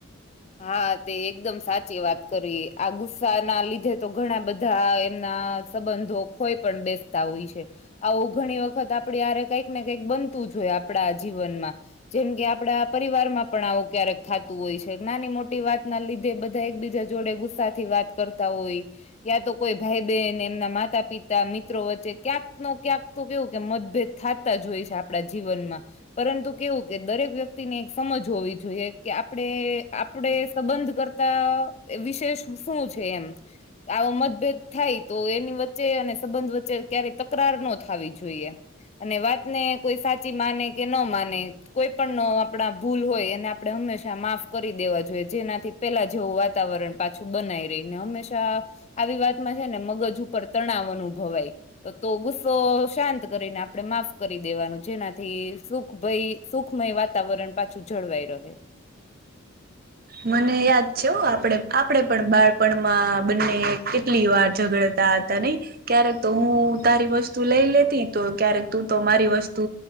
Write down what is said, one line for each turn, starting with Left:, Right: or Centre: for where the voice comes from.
Left: હા તે એકદમ સાચી વાત કરી આ ગુસ્સા ના લીધે તો ઘણા બધા એમના સંબંધો ખોઈ પણ બેસતા હોય છે આવું ઘણી વખત આપડી હાંરે કઈક ને કંઈક બનતું જ હોય આપણા જીવનમાં જેમ કે આપડા પરિવાર માં પણ આવું ક્યારેક થાતું હોય છે નાની મોટી વાત ના લીધે બધા એક બીજા જોડે ગુસ્સા થી વાત કરતા હોય યા તો કોઈ ભાઈ બહેન એમના માતા પિતા મિત્રો વચ્ચે ક્યાંક નો ક્યાંક તો કેવું કે મતભેદ થાતા જ હોય છે આપણા જીવનમાં પરંતુ કેવું કે દરેક વ્યક્તિને એક સમજ હોવી જોઈએ કે આપણેે આપડે સંબંધ કરતા વિશેષ શું છે એમ આવો મતભેદ થાય તો એની વચ્ચે અને સંબંધ વચ્ચે ક્યારેય તકરાર ન થાવી જોઈએ. અને વાત ને કોઈ સાચી માને કે ન માને કોઈ પણ ન આપણા ભૂલ હોય એને આપડે હંમેશા માફ કરી દેવા જોઈએ જેનાથી પેલા જેવું વાતાવરણ પાછું બનાઈ રહીને હંમેશા આવી વાતમાં છે ને મગજ ઉપર તણાવ અનુભવાય તો ગુસ્સો શાંત કરીને આપણે માફ કરી દેવાનું જેનાથી સુખભાઈ સુખમય વાતાવરણ પાછું જળવાઈ રહે.
Right: મને યાદ છે હો આપડે આપડે પણ બાળપણમાં બંને કેટલી વાર ઝગડ તા તા નહી ક્યારેક તો હું તારી વસ્તુ લઈ લેતી તો ક્યારેક તું તો મારી વસ્તુ